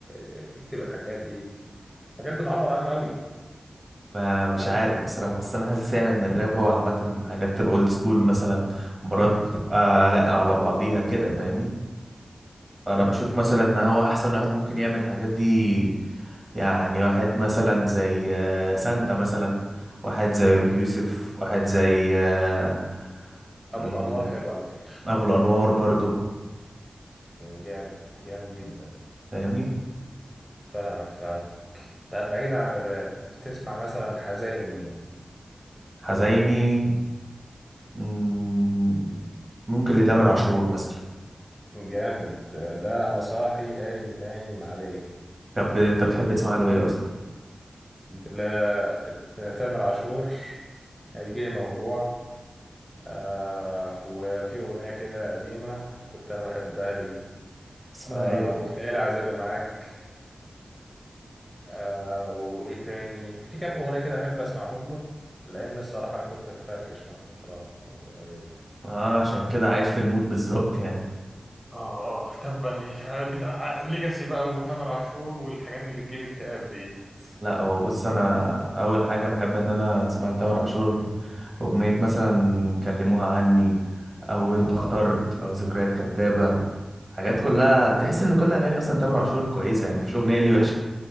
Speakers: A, in the centre; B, on the right (about 35°).
A: ت- تكتب الحاجات دي حاجات بتعبر عنه قوي
B: ما
A: تمام
B: مش عارف بصراحة بس انا حاسس يعني ان الراب هو عامة حاجات بتبقى اولد سكول مثلا مرات بتبقى لاققة على بعضيها كده فاهمني فانا
A: فاهمك
B: بشوف
A: فاهم
B: مثلا ان هو احسن واحد ممكن يعمل الحاجات دي يعني واحد مثلا زي آه، سانتا مثلا واحد زي
A: مم.
B: ابو يوسف واحد زي آه،
A: ابو
B: مم،
A: الانوار حلو على فكره
B: ابو الانوار برضو
A: يعني جامد جامد جدا
B: فاهمني
A: فاهمك فاهمك طب بعيدا عن الراب بتسمع مثلا حزين لمين
B: حزيني مم، ممكن لتامر عاشور مثلا
A: جامد ده انا صاحي قايم نايم عليه
B: طب انت بتحب تسمع له ايه اصلا
A: لا تامر عاشور هيجيلي موجوع آه وفي اغنيه كده قديمه كنت انا بحبها لي
B: اسمها
A: آه
B: ايه
A: وفي الليالي عذابي معاك آه وايه تاني في كام اغنيه كده بحب اسمعهم له لان الصراحه انا كنت مفركش من فتره قريبه
B: اه عشان كده عايش في المود بالظبط يعني
A: اه اه تبا ليه بتاع ليجاسي بقى وتامر عاشور والحاجات اللي تجيب اكتئاب ديت
B: لا هو بص انا اول حاجه بحب ان انا اسمع لتامر عاشور اغنيه مثلا كلموها عني او انت
A: اه
B: اخترت او ذكريات كدابه حاجات
A: لا
B: كلها تحس ان كل اغاني اصلا تامر عاشور كويسه يعني مفيش اغنيه ليه وحشه